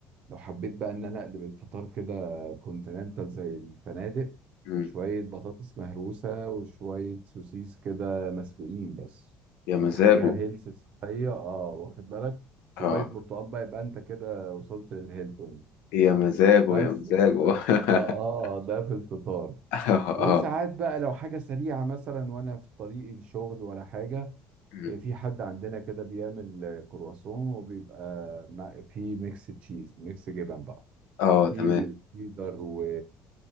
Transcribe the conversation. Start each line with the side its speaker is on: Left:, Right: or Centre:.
Right: لو حبيت بقى ان انا اقلب الفطار كده كونتيننتال زي الفنادق
Left: مم.
Right: شوية بطاطس مهروسة وشوية سوسيس كده مسلوقين بس
Left: يا مزاجه
Right: حاجة هيلث صحية اه واخد بالك
Left: اه
Right: كوباية برتقال بقى يبقى انت كده وصلت للهيلتون
Left: يا مزاجه
Right: بس
Left: يا مزاجه
Right: فده
Left: <laughs>
Right: اه ده في الفطار
Left: اه
Right: وساعات
Left: اه
Right: بقى لو حاجة سريعة مثلا وانا في طريق الشغل ولا حاجة
Left: مم.
Right: في حد عندنا كده بيعمل كرواسون وبيبقى مع- فيه ميكس تشيز ميكس جبن بقى
Left: اه تمام
Right: كيري وتشيدر و...